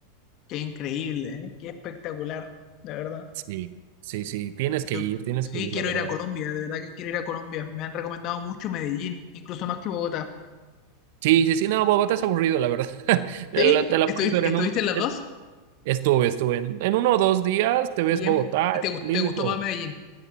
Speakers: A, on the left; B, on the right.
A: qué increíble, ¿eh? Qué espectacular, de verdad.
B: Sí, sí, sí. Tienes que
A: Yo
B: ir, tienes
A: sí
B: que ir,
A: quiero
B: la verdad.
A: ir a Colombia, de verdad que quiero ir a Colombia. Me han recomendado mucho Medellín, incluso más que Bogotá.
B: Sí, sí, sí, no, Bogotá es aburrido, la verdad. <laughs> Te
A: Sí,
B: la, te la
A: estuviste,
B: puedes ver en
A: estuviste
B: un...
A: en las
B: en-
A: dos
B: estuve, estuve. En, en uno o
A: y,
B: dos días te
A: y,
B: ves Bogotá,
A: em- y te,
B: es
A: gust-
B: lindo
A: te gustó
B: y todo.
A: más Medellín.